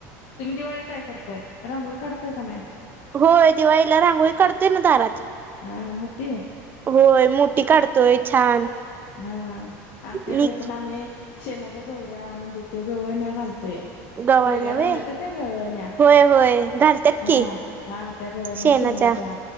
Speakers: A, on the left; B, on the right.
A: तुम्ही दिवाळीला काय करताय रंगोळी काढताय का नाही.
B: होय दिवाळीला रांगोळी काढते ना दारात.
A: हा मोठी आहे.
B: होय मोठी काढतोय छान.
A: हा हा आमच्या
B: मी
A: इकडे पण आम्ही. शेणाच्या गवऱ्या म्हणजे ते गवळ न घालतोय.
B: गव्हाण्या
A: पहिला
B: व्हय
A: घालत होत्या गवळण्या
B: होय होय घालतात
A: हा
B: की
A: हा त्या गवळण्या
B: शेणाच्या
A: श शेनाच्या.